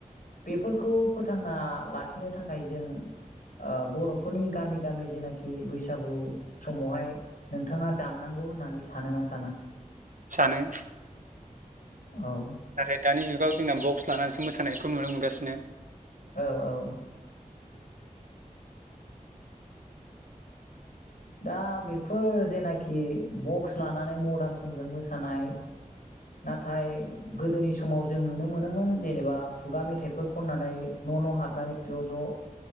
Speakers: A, on the left (about 80°); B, on the right (about 70°).
A: बेफोरखौ फोथांना लाखिनो थाखाय जों ओ बर'फोरनि गामि गामि जेनाखि बैसागु समावहाय नोंथाङा दामनांगौ होननानै सानो ना साना
B: सानो
A: औ
B: नाथाय दानि जुगाव जोंना बक्स लानानैसो मोसानायखौ नुनो मोनगासिनो
A: औ औ दा बेफोर जेनाखि बक्स लानानै मदार्न संजों मोसानाय नाथाय गोदोनि समाव जों नुनो मोनोमोन जेनेबा खुगा मेथाइफोर खननानै न' न' हाबनानै ज' ज'ओ